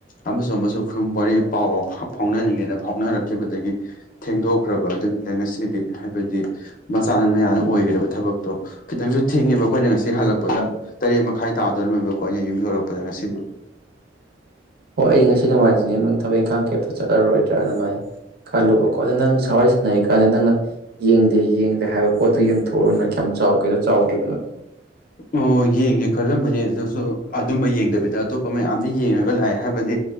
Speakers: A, on the left; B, on the right.
A: ꯑꯃꯁꯨ ꯑꯃꯁꯨ ꯋꯥꯔꯤ ꯄꯥꯎ ꯐꯥꯎꯅꯔꯤꯉꯩꯗ ꯐꯥꯎꯅꯔꯛꯈꯤꯕꯗꯒꯤ ꯊꯦꯡꯗꯣꯛꯈ꯭ꯔꯕ ꯑꯗꯨꯅꯤꯅ ꯉꯁꯤꯗꯤ ꯍꯥꯏꯕꯗꯤ ꯃꯆꯥꯅ ꯃꯌꯥꯝꯅ ꯑꯣꯏꯈ꯭ꯔꯦꯕ ꯊꯕꯛꯇꯣ ꯈꯤꯇꯪꯁꯨ ꯊꯤꯡꯉꯦꯕ ꯑꯩꯈꯣꯏꯅ ꯉꯁꯤ ꯍꯜꯂꯛꯄꯗ ꯇꯔꯦꯠ ꯃꯈꯥꯏ ꯇꯥꯗꯧꯔꯤꯝꯃꯦꯕꯀꯣ ꯑꯩꯅ ꯌꯨꯝ ꯌꯧꯔꯛꯄꯗ ꯉꯁꯤꯗꯤ
B: ꯍꯣꯏ ꯑꯩꯗꯤ ꯉꯁꯤ ꯅꯨꯡꯉꯥꯏꯁꯤꯅꯦ ꯅꯪ ꯊꯕꯛ ꯏꯪꯈꯥꯡ ꯀꯦꯞꯇ ꯆꯠꯂꯔꯣꯏꯗ꯭ꯔꯥ ꯑꯗꯨꯃꯥꯏꯅ ꯈꯜꯂꯨꯕꯀꯣ ꯑꯗꯨ ꯅꯪ ꯁꯋꯥꯔꯤ ꯁꯥꯟꯅꯔꯤꯀꯥꯟꯗ ꯅꯪꯅ ꯌꯦꯡꯗꯦ ꯌꯦꯡꯗꯦ ꯍꯥꯏꯕ ꯄꯣꯠꯇꯨ ꯌꯦꯡꯊꯣꯛꯎꯨꯅ ꯀꯌꯥꯝ ꯆꯥꯎꯒꯦꯗꯣ ꯆꯥꯎꯗ꯭ꯔꯤꯕꯅꯣꯗꯣ <inaudible>
A: ꯑꯣ ꯌꯦꯡꯒꯦ ꯈꯜꯂꯝꯕꯅꯦ ꯑꯗꯨꯁꯨ ꯑꯗꯨꯝꯕ ꯌꯦꯡꯗꯕꯤꯗ ꯑꯇꯣꯞꯄ ꯃꯌꯥꯝꯗꯤ ꯌꯦꯡꯉꯒ ꯂꯥꯛꯑꯦ ꯍꯥꯏꯕꯗꯤ